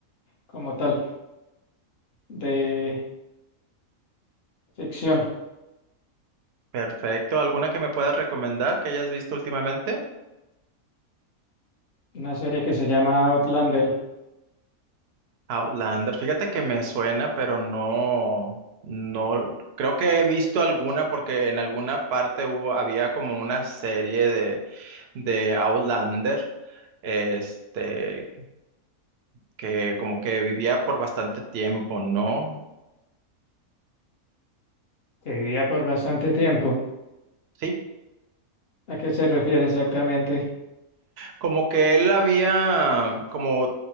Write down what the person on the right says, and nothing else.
perfecto. ¿Alguna que me puedas recomendar que hayas visto últimamente?
Outlander. Fíjate que me suena, pero no, no, creo que he visto alguna porque en alguna parte hubo, había como una serie de, de Outlander, este, que como que vivía por bastante tiempo, ¿no?
Sí,
Como que él había, como,